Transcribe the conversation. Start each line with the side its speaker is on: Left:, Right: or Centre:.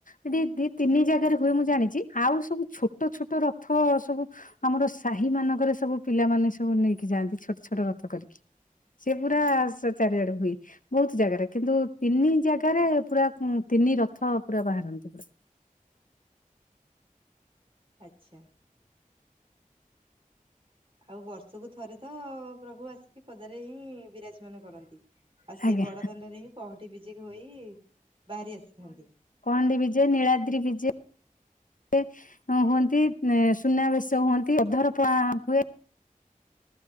Left: ଏଠି ଦି ତିନି ଜାଗାରେ ହୁଏ ମୁଁ ଜାଣିଛି ଆଉ ସବୁ ଛୋଟ ଛୋଟ ରଥ ସବୁ ଆମର ସାହିମାନଙ୍କରେ ସବୁ ପିଲାମାନେ ସବୁ ନେଇକି ଯାଆନ୍ତି ଛୋଟ ଛୋଟ ରଥ କରି। ସେ ପୁରା ସ୍ ଚାରିଆଡେ ହୁଏ। ବହୁତ ଜାଗାରେ କିନ୍ତୁ ତିନି ଜାଗାରେ ପୁରା ଉଁ ତିନି ରଥ ପୁରା ବାହାରନ୍ତି ପୁରା।
Right: ଆଚ୍ଛା। ଆଉ ବର୍ଷକୁ ଥରେ ତ ପ୍ରଭୁ ଆସିକି ପଦାରେ ହିଁ ବିରାଜମାନ କରନ୍ତି। ଆଉ ସେଇ
Left: ଆଜ୍ଞା
Right: ବଡ଼ଦାଣ୍ଡରେ ହିଁ ପହଁଠି ବିଜେକ୍ ହୋଇ ବାହାରି ଆସିଥାନ୍ତି।
Left: କଅନ୍ଦି ବିଜେ, ନୀଳାଦ୍ରି ବିଜେ। ହୁଏ, ହଁ ହୁଅନ୍ତି ଏଁ ସୁନାବେଶ ହୁଅନ୍ତି ଅଧରପ୍ନା ହୁଏ।